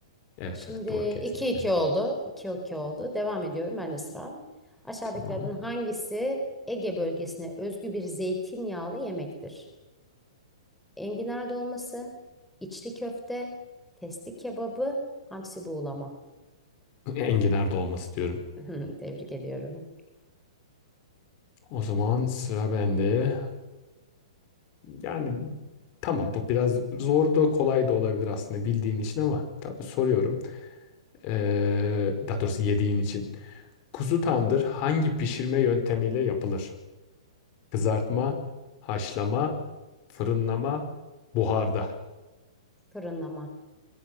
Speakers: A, on the left; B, in the centre.
A: Evet
B: Şimdi
A: evet doğru kesinlikle.
B: iki iki oldu. iki 2 oldu. Devam ediyorum. Ben de sıra. Aşağıdakilerden
A: Tamam.
B: hangisi Ege bölgesine özgü bir zeytinyağlı yemektir? Enginar dolması, içli köfte, testi kebabı, hamsi buğulama.
A: Enginar dolması diyorum.
B: <laughs> Tebrik ediyorum.
A: O zaman sıra bende. Yani tamam bu biraz zor da kolay da olabilir aslında bildiğin için ama ta- soruyorum. Ee, daha doğrusu yediğin için. Kuzu tandır hangi pişirme yöntemiyle yapılır? Kızartma, haşlama, fırınlama, buharda.
B: Fırınlama.